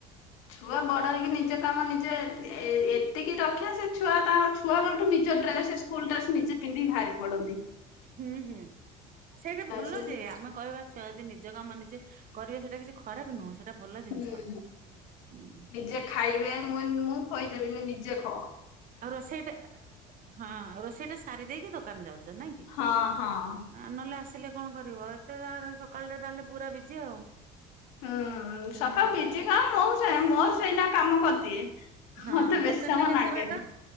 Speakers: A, on the left (about 80°); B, on the right (about 50°).
A: ଛୁଆ ବଡ଼ ହେଇକି ନିଜ କାମ ନିଜେ ଏ -ଏତିକି ରକ୍ଷା ସେ ଛୁଆ ତାଙ୍କ ଛୁଆ ବେଳଠୁ ନିଜ ଡ୍ରେସେ ସ୍କୁଲ୍ ଡ୍ରେସ୍ ନିଜେ ପିନ୍ଧିକି ଭାରି ପଡ଼ନ୍ତି।
B: ହୁଁ, ହୁଁ ସେଇଟା ଭଲ
A: ସେ
B: ଯେ ଆମେ କହିବା ଛୁଆ ଯଦି ନିଜ କାମ ନିଜେ କରିବେ ସେଇଟା କିଛି ଖରାପ ନୁହଁ ସେଇଟା ଭଲ ଜିନିଷ
A: ହୁଁ
B: ହୁଁ।
A: ନିଜେ ଖାଇବେ ମୁଁ ମୁଁ ଖୋଇ ଦେବିନି ନିଜେ ଖଅ।
B: ଆଉ ରୋଷେଇ ଟା ହଁ ରୋଷେଇ ଟା ସାରି ଦେଇକି ଦୋକାନ ଯାଉଚ ନାଇଁ କି?
A: ହଁ, ହଁ।
B: ଆ ନହେଲେ ଆସିଲେ କଣ କରିବ ଏତେ ଆ ସକାଳରେ ତାହେଲେ ପୁରା ବିଜି ଆଉ
A: ହୁଁ
B: ହୁଁ।
A: ସକାଳୁ ବିଜି ନୁହଁ ମୁଁ ସେଇ ମୋର ସେଇନା କାମ କରଦିଏ। ମତେ
B: ହଁ ଦୋକାନ
A: ବେଶି ସମୟ
B: ଟା କେତେ
A: ନାଗେନି।
B: ବାଟ